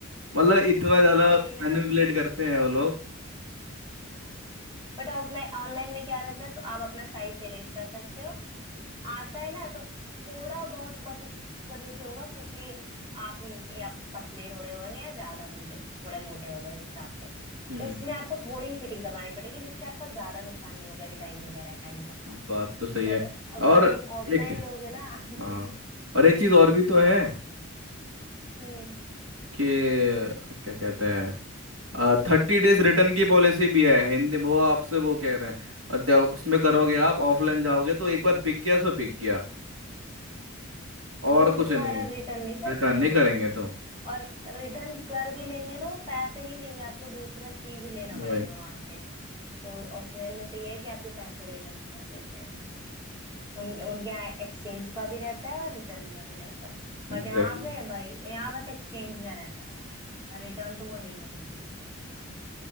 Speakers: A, on the right; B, on the right.
A: मतलब इतना ज्यादा
B: वही ना
A: मैनिपुलेट करते हैं वो लोग
B: हाँ बट ऑफलाइन ऑनलाइन में क्या रहता है तो आप अपना साइज सेलेक्ट कर सकते हो आता है ना तो थोड़ा बहुत बस ऊपर नीचे होगा क्योंकि आप या पतले थोड़े होंगे या ज्यादा मोटे थोड़े मोटे हो गए उस हिसाब से
A: हम्म
B: उसमें आपको थोड़ी ही फिटिंग करवानी पड़ेगी जिससे आपका ज्यादा नुकसान नहीं होगा डिजाइन वगैरह का इन सब का
A: बात तो सही
B: बट
A: है
B: अगर
A: और
B: तुम ऑफलाइन
A: एक
B: लोगे ना <laughs>
A: हाँ और एक चीज और भी तो है
B: हम्म
A: कि क्या कहते हैं थर्टी डेज रिटर्न की पॉलिसी भी है हिंदी वो आपसे वो कह रहे हैं और दे- उसमें करोगे आप ऑफलाइन जाओगे तो एक बार बिक गया सो बिक गया
B: वो
A: और कुछ
B: दोबारा
A: नहीं है
B: रिटर्न नहीं करते
A: रिटर्न
B: हैं
A: नहीं करेंगे तो
B: और रिटर्न कर भी लेंगे ना वो पैसे नहीं देंगे आपको दूसरा चीज लेना
A: वही
B: पड़ेगा वहां से तो ऑफलाइन में तो ये है कि आपके पैसे रिटर्न कर देते हैं उन उनके यहाँ एक्सचेंज का भी रहता है और रिटर्न का भी रहता है
A: एग्जैक्टली
B: बट यहाँ पे
A: exactly.
B: भाई यहाँ बस एक्सचेंज का रहता है रिटर्न तो वो नहीं करेंगे